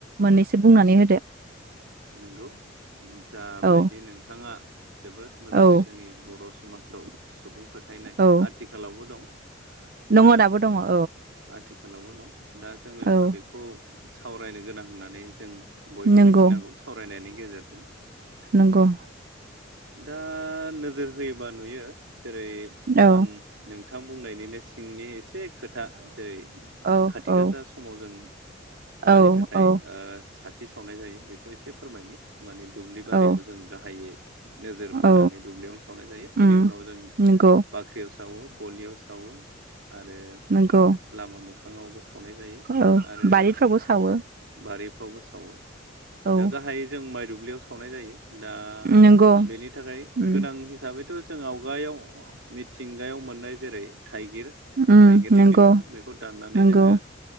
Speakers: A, on the right (about 50°); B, on the right (about 85°).
A: मोननैसो बुंनानै होदो।
B: नंगौ जाबायदि
A: औ
B: नोंथाङा जोबोद मोजाङै
A: औ
B: जोंनि बर' समाजाव सुबुं फोथायनाय
A: औ
B: आथिखालावबो दं।
A: दङ
B: दा
A: दाबो दङ औ
B: आथिखालावबो दं दा जोङो
A: औ
B: बेखौ सावरायनो गोनां होननानै जों बयबो
A: नंगौ
B: मिथिनांगौ सावरायनायनि गेजेरजों
A: नंगौ
B: दा नोजोर होयोबा नुयो जेरै
A: औ
B: आं नोंथां बुंनायनिनो सिंनि एसे खोथा जेरै
A: औ
B: खाथि
A: औ
B: गासा स समाव जों
A: औ
B: मानि थाखाय
A: औ
B: साथि सावनाय जायो बेखौ एसे फोरमायनि। माने दुब्लि बारियाव
A: औ
B: जों गाहायै नोजोर बोनानै
A: औ
B: दुब्लियावनो सावनाय जायो बेनि
A: उम
B: उनाव जों
A: नंगौ
B: बा ख्रियाव सावो गलियाव सावो आरो
A: नंगौ
B: लामा मोखाङावबो सावो। सावनाय जायो
A: औ
B: आरो
A: बारिफ्रावबो सावो
B: बारिफ्रावबो सावो।
A: औ
B: दा गाहायै जों माइ दुब्लियाव सावनाय जायो दा
A: नंगौ
B: बेनि थाखाय
A: उम
B: गोनां हिसाबैथ' जों आवगायाव मिथिंगायाव मोननाय जेरै थाइगिर
A: उम
B: थाइगिरनि
A: नंगौ
B: बिखं बेखौ दाननानै
A: नंगौ
B: जोङो